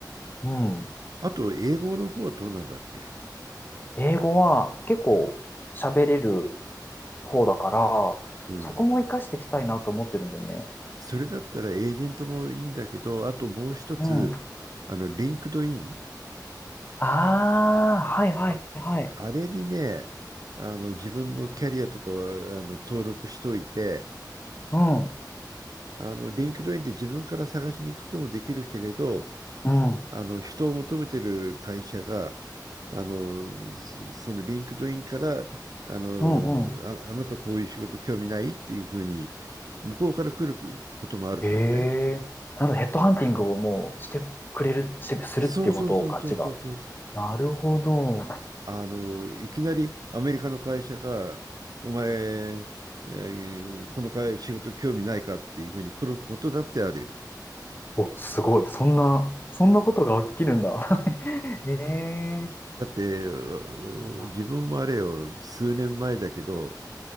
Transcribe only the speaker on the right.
あと、英語の方はどうなんだっけ
うん。
それだったらエージェントもいいんだけど、あともう一つ、
あの、リンクドイン。
あ、あれにね、あの、自分のキャリアとかは、あの、登録しといて、
あの、リンクドインで自分から探しに行くこともできるけれど、
あの人を求めてる会社が、あのそのリンクドインからあのあ、
あなたこういう仕事興味ないっていうふうに、向こうから来ることもあるからね。
そうそうそうそうそうそう。
あの、いきなりアメリカの会社が、お前、えーこの会仕事興味ないかっていうふうに来ることだってあるよ。
だって、
自分もあれよ、数年前だけど、